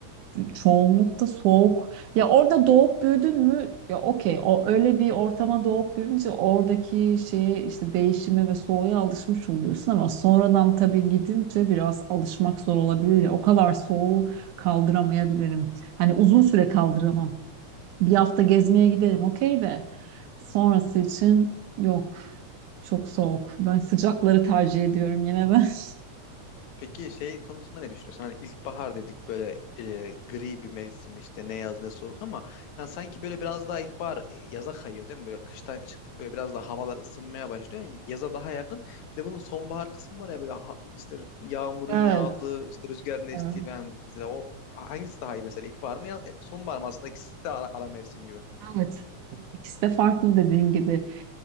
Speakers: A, on the right; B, on the left.
A: çoğunlukta soğuk. Ya orada doğup büyüdün mü? Ya okey. O öyle bir ortama doğup büyüyünce oradaki şeye işte değişime ve soğuğa alışmış oluyorsun ama sonradan tabii gidince biraz alışmak zor olabilir ya. O kadar soğuğu kaldıramayabilirim. Hani uzun süre kaldıramam. Bir hafta gezmeye giderim okey de sonrası için yok. Çok soğuk. Ben sıcakları tercih ediyorum yine ben. <laughs>
B: Peki şey konusunda ne düşünüyorsun? Hani ilkbahar dedik böyle e, gri bir mevsim işte ne yaz ne soğuk ama yani sanki böyle biraz daha ilkbahar e, yaza kayıyor değil mi? Böyle kıştan çıktık böyle biraz daha havalar ısınmaya başlıyor. Yaza daha yakın. Bir de bunun sonbahar kısmı var ya böyle ha- işte yağmurun
A: Evet,
B: yağdığı işte rüzgarın estiği
A: evet.
B: falan mesela o hangisi daha iyi mesela ilkbahar mı ya- e, sonbahar mı aslında ikisi de ara, ara mevsim gibi.
A: Evet. İkisi de farklı dediğin gibi.